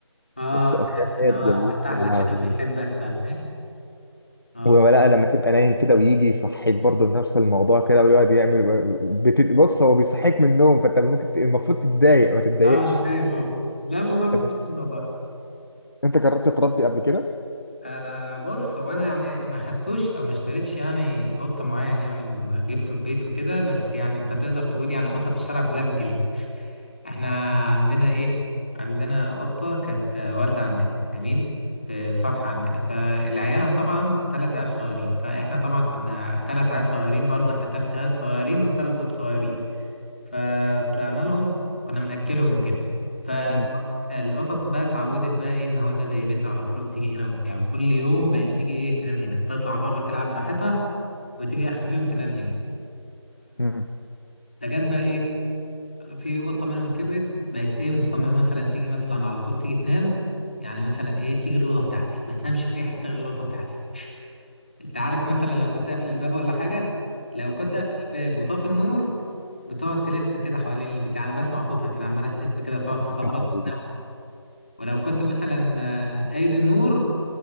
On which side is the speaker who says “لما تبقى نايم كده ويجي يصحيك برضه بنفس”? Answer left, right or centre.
Left